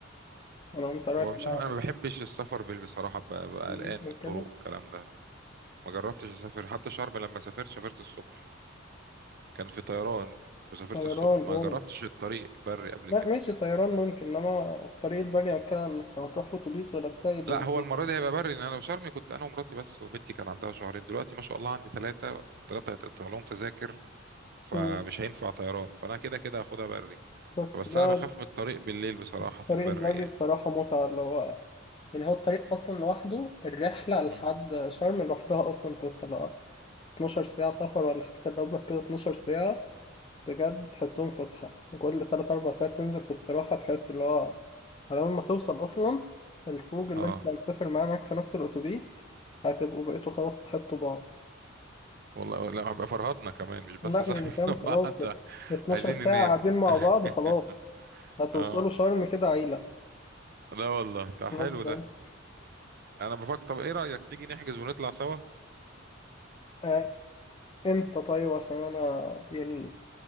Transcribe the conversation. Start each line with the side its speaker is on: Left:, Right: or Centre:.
Left: ولو أنت رايح
Right: هو مش
Left: مع
Right: عارف انا ما بحبش السفر بال- بصراحه ب- ببقى
Left: أتوبيس
Right: قلقان من
Left: أو
Right: الطرق
Left: كده
Right: والكلام ده ما جربتش اسافر حتى شرم لما سافرت سافرت الصبح كان في طيران وسافرت
Left: وطيران
Right: الصبح ما
Left: أوه
Right: جربتش الطريق بري قبل
Left: لا
Right: كده
Left: ماشي طيران ممكن إنما الطريق البري أنا بتكلم إنك لو هتروح في أتوبيس ولا بتاع يبقى
Right: لا
Left: بالليل
Right: هو المره دي هيبقى بري لان انا وشرم كنت انا ومراتي بس وبنتي كان عندها شهرين دلوقتي ما شاء الله عندي ثلاثه ثلاثه هيتقطع لهم تذاكر فمش
Left: مم.
Right: هينفع طيران فانا كده كده هاخدها بري
Left: بس
Right: فبس
Left: ده
Right: انا بخاف من الطريق بالليل بصراحه
Left: الطريق
Right: في البري
Left: البري
Right: يعني
Left: بصراحة متعة اللي هو يعني هو الطريق أصلا لوحده الرحلة لحد
Right: مم.
Left: شرم لوحدها أصلا فسحة اللي هو 12 ساعة سفر ولا حاجة تقرب لك كده 12 ساعة بجد تحسهم فسحة كل تلات أربع ساعات تنزل في استراحة تحس اللي هو على أول ما توصل أصلا الفوج اللي
Right: اه
Left: أنت مسافر معاه معاك في نفس الأتوبيس هتبقوا بقيتوا خلاص صاحبتوا بعض
Right: والله لا هبقى فرهدنا كمان مش بس
Left: لا
Right: صاحبنا
Left: يعني فاهم خلاص
Right: <laughs> وقعدنا
Left: 12
Right: عايزين
Left: ساعة
Right: ننام
Left: قاعدين مع
Right: <laughs>
Left: بعض خلاص هتوصلوا
Right: اه
Left: شرم كده عيلة
Right: لا والله ده
Left: بالظبط
Right: حلو ده انا بفكر طب ايه رأيك تيجي نحجز ونطلع سوا
Left: آه، إمتى طيب عشان أنا يعني